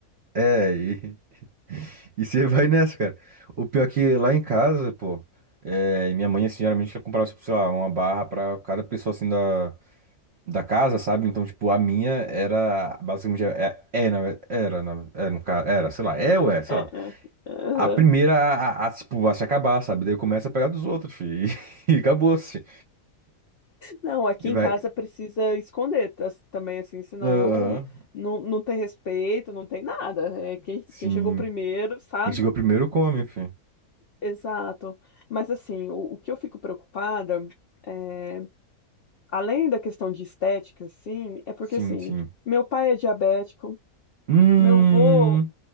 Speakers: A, on the right; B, on the left.
A: É, e, <laughs> e você vai nessa, cara. O pior é que lá em casa, pô, é, minha mãe, assim, geralmente ela comprava, tipo, sei lá, uma barra pra cada pessoa, assim, da, da casa, sabe? Então, tipo, a minha era, basicamente, é, é, na- era, na- é, no caso, era, sei lá, é ou é, sei
B: É,
A: lá.
B: é.
A: A primeira a, a- a, tipo, a se acabar, sabe? Daí eu começo a pegar dos outros, fi, <laughs> e, acabou-se.
B: Não, aqui
A: E
B: em
A: vai,
B: casa precisa esconder tas- também, assim, senão
A: aham,
B: não, não tem respeito, não tem nada. É quem,
A: sim.
B: quem chegou primeiro, sabe?
A: Quem chegou primeiro come, fi.
B: Exato. Mas, assim, o, o que eu fico preocupada, é, além da questão de estética, assim, é porque,
A: Sim,
B: assim,
A: sim.
B: meu pai é diabético,
A: Hum,
B: meu vô,